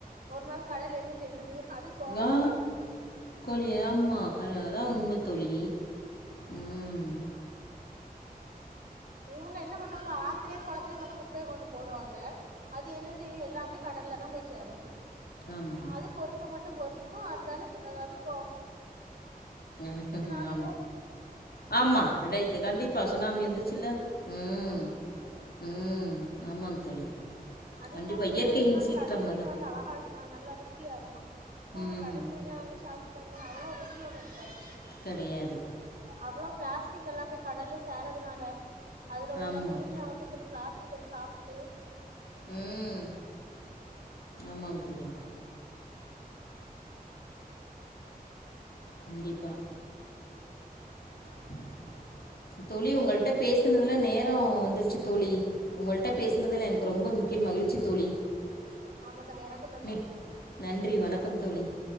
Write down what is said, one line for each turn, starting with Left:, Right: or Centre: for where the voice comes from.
Right: ஒரு நாள் கடல் என்ன செய்தது அது கோவத்த
Left: ஃகா
Right: வெளி காமிச்சது
Left: கோழியா ஆமா கா அதா உண்ம தோழி ம்
Right: இவுங்க என்ன பண்ணுவாங்க ஆத்தலுயு குளத்தலையு கொண்டு குப்பைய கொண்டு போடுவாங்க அது என்ன செய்யு எல்லாமே கடல்ல தா போய் சேரும்
Left: ஆமா.
Right: அது பொறுக்க மட்டு பொறுத்துக்கும் அந்தால ஆ அதுக்
Left: ஆமா
Right: நாலுல
Left: ஆமா ரெண்டாய்டுச்சு கண்டிப்பா சுனாமி வந்தச்சுல்ல ம்
Right: ஆமா
Left: ம் ஆமா தோழி
Right: அது
Left: கண்டிப்பாக
Right: இல்லாம முன்னாடி
Left: இயற்கையின்
Right: எல்லா
Left: சீற்றம்
Right: கடல் மீன்
Left: அதான்
Right: வந்து அழகா நல்லா ருசியா இருக்கும் இப்ப உள்ள
Left: ம்
Right: கடல் மீன்லா வாங்கி சாப்ட்டு பாருங்க அவ்ளோ ருசியோடு இருக்காது
Left: கெடையாது
Right: அவ்ளோ ப்ளாஸ்டிக் எல்லாமே கடல்ல சேரறதுனால அதுல உள்ள
Left: ஆமாம்
Right: மீன வந்து கெடுக் ப்ளாஸ்டிக்க சாப்ட்டு
Left: ம் ஆமாம் தோழி கண்டிப்பா <inaudible> தோழி உங்கள்ட்ட பேசுனதுல நேரோ வந்துருச்சு தோழி உங்கள்ட்ட பேசனதுல எனக்கு ரொம்ப மிக்க மகிழ்ச்சி தோழி
Right: ஆமா தோழி எனக்கு தா
Left: மி
Right: தோழி
Left: நன்றி வணக்கம் தோழி <inaudible>